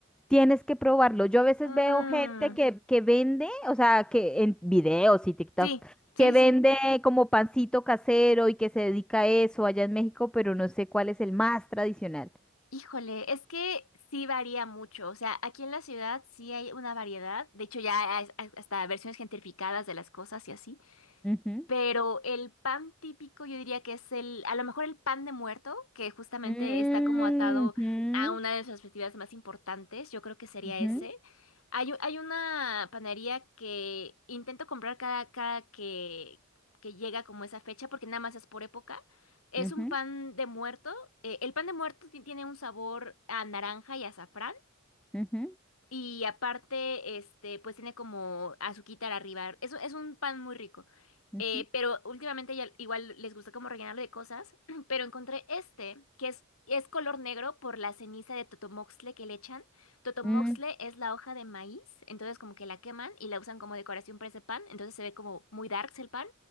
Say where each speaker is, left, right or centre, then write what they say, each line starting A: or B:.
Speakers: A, in the centre; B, on the left.
A: Tienes que probarlo. Yo a veces
B: Mm,
A: veo gente que, que vende, o sea, que en videos y TikTok,
B: sí, sí,
A: que vende
B: sí.
A: como pancito casero y que se dedica a eso allá en México, pero no sé cuál es el más tradicional.
B: Híjole, es que sí varía mucho. O sea, aquí en la ciudad sí hay una variedad. De hecho, ya hay as- hasta versiones gentrificadas de las cosas y así.
A: Ujú.
B: Pero el pan típico yo diría que es el, a lo mejor el pan de muerto, que justamente
A: Mm,
B: está como atado
A: ujú,
B: a una de nuestras festividades más importantes, yo creo que sería
A: ujú,
B: ese. Hay, u- hay una panadería que intento comprar cada, cada que, que llega como esa fecha, porque nada más es por época. Es
A: ujú,
B: un pan de muerto. eh, el pan de muerto ti- tiene un sabor a naranja y azafrán.
A: ujú,
B: Y aparte, este, pues tiene como azuquitar arriba. Es, es un pan muy rico.
A: ujú,
B: Eh, pero últimamente ya igual les gusta como rellenarlo de cosas. <clears throat> Pero encontré este, que es, es color negro por la ceniza de totomoxle que le echan. Totomoxle
A: mm,
B: es la hoja de maíz, entonces como que la queman y la usan como decoración para ese pan. Entonces se ve como muy darks el pan.